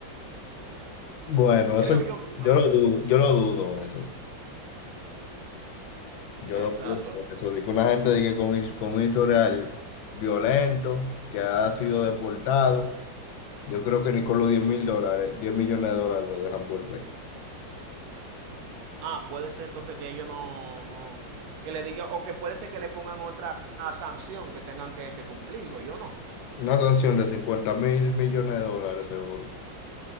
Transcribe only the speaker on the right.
Creo
yo que ellos
no van
a
rechazar.
Exacto.
Ah, puede ser entonces que ellos no, no, que le digan, o que puede ser que le pongan otra sanción que tengan que, que cumplir, digo yo no.